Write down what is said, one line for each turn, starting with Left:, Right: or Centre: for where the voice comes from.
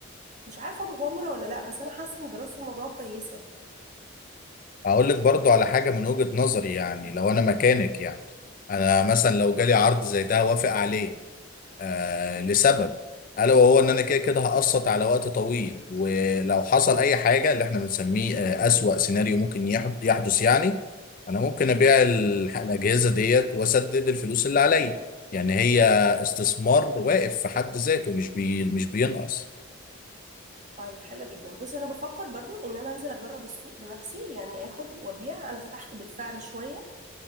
Right: مش عارفة مغامرة ولا لا بس أنا حاسة إن دراسة الموضوع كويسة
Left: هقول لك برضو على حاجة من وجهة نظري يعني لو أنا مكانك يعني أنا مثلا لو جالي عرض زي ده هوافق عليه آه لسبب ألا وهو إن أنا كده كده هقسط على وقت طويل ولو حصل أي حاجة اللي إحنا بنسميه آه أسوأ سيناريو ممكن يح- يحدث يعني أنا ممكن أبيع ال- الأجهزة ديت وأسدد الفلوس اللي عليا يعني هي استثمار واقف في حد ذاته مش بي مش بينقص
Right: طيب حلو جدا بص أنا بفكر برضو إن أنا أنزل أجرب السوق بنفسي يعني آخد وأبيع أنا فتحت بالفعل شوية